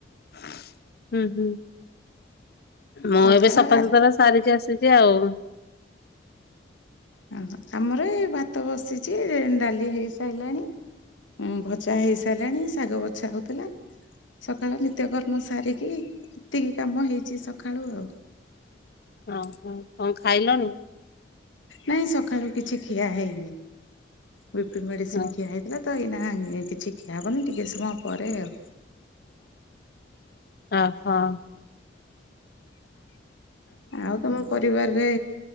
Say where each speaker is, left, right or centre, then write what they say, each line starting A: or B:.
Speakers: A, on the left; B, on the left.
A: ହୁଁ, ହୁଁ, ମୁଁ
B: ସକାଳ
A: ଏବେ ସଫାସତୁରା
B: ଗା
A: ସାରିଛିି ଆସିଛି ଆଉ
B: ଓହୋ ଆମର ଏଇ ଭାତ ବସିଛି, ଡାଲି ହେଇସାରିଲାଣି ଉଁ ଭଜା ହେଇ ସାରିଲାଣି ଶାଗ ବଛା ହଉଥିଲା ସକାଳ ନିତ୍ୟକର୍ମ ସାରିକି ଏତିକି କାମ ହେଇଛି ସକାଳୁ ଆଉ।
A: ହ ହ କଣ ଖାଇଲଣି?
B: ନାଇଁ ସକାଳୁ କିଛି ଖିଆ ହେଇନି ବି ପି ମେଡିସିନ
A: ହଁ
B: ଖିଆ ହେଇ ହେଲେ ତ ଏଇନା କିଛି ଖିଆ ହେବନି ଟିକଏ ସମୟ ପରେ ଆଉ।
A: ଅ, ହଁ।
B: ଆଉ ତମ ପରିବାରରେ